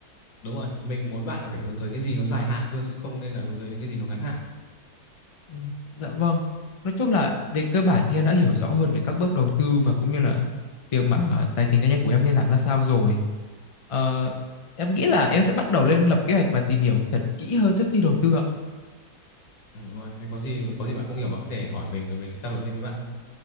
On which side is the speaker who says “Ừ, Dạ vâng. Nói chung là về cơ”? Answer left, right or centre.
Left